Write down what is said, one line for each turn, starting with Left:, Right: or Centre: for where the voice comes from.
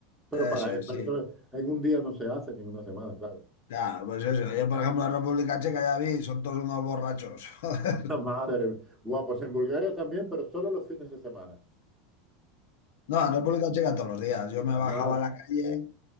Centre: Pero
Left: ah,
Centre: para,
Left: Eso es,
Centre: para
Left: sí.
Centre: eso en un día no se hace, ni en una semana, claro.
Left: Claro, pues eso. Yo, por ejemplo, en República Checa ya vi, son todos unos borrachos. <laughs> Joder.
Centre: <laughs> Madre, guau, pues en Bulgaria también, pero solo los fines de semana.
Left: No, en República Checa todos los días. Yo me bajaba
Centre: Ma-
Left: a la calle,